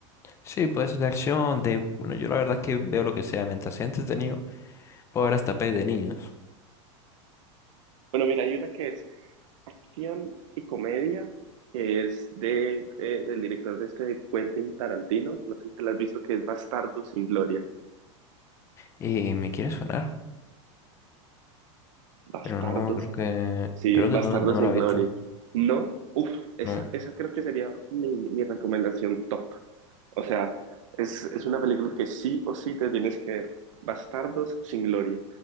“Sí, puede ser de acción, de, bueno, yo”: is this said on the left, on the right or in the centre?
Left